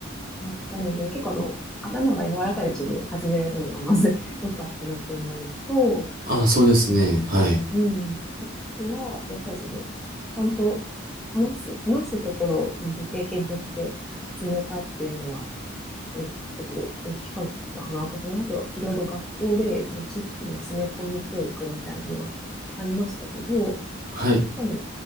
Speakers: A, in the centre; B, on the right.
A: やったので、結構あの、頭が柔らかいうちに始められたのがまず <laughs> 良かったなって思うのと、
B: あそうですね。はい。
A: うん。あとは、やっぱりその、ちゃんと話す、話すところをちゃんと経験として積めたっていうのは、うん結構大きかったかなって、その後いろいろ学校でその知識の詰め込み教育みたいなのはありましたけど、やっ
B: はい。
A: ぱり